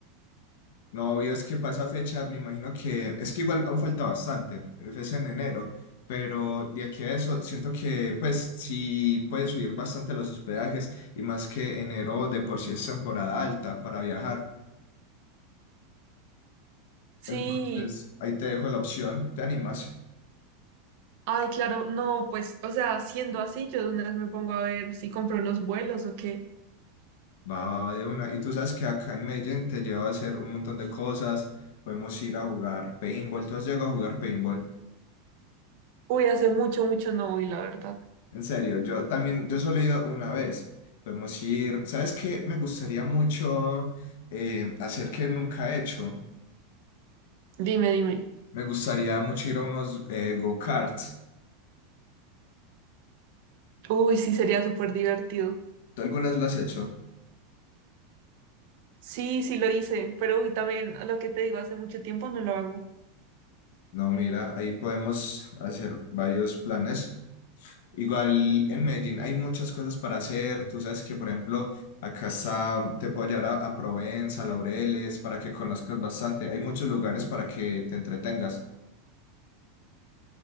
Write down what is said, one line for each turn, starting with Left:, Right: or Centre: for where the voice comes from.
Left: No, obvio, es que pasa fecha, me imagino que es que igual aún falta bastante, es en enero, pero de aquí a eso siento que pues sí puede subir bastante los hospedajes y más que enero de por sí es temporada alta para viajar.
Right: Sí,
Left: Entonces ahí te dejo la opción, te animas,
Right: ay, claro, no, pues, o sea, siendo así, yo de una vez me pongo a ver si compro los vuelos o qué.
Left: va, va, va de una. Y tú sabes que acá en Medellín te lleva a hacer un montón de cosas, podemos ir a jugar paintball, ¿tú has llegado a jugar paintball?
Right: Uy, hace mucho, mucho no voy, la verdad.
Left: En serio, yo también, yo solo he ido una vez. Podemos ir, ¿sabes qué? Me gustaría mucho eh, hacer que nunca he hecho.
Right: Dime, dime.
Left: Me gustaría mucho ir a unos eh, go-karts.
Right: Uy, sí, sería súper divertido.
Left: ¿Tú algunas lo has hecho?
Right: Sí, sí lo hice, pero uy, también lo que te digo, hace mucho tiempo no lo hago.
Left: No, mira, ahí podemos hacer varios planes. Igual en Medellín hay muchas cosas para hacer. Tú sabes que, por ejemplo, acá está, te puedo llevar a, a Provenza, Laureles, para que conozcas bastante. Hay muchos lugares para que te entretengas.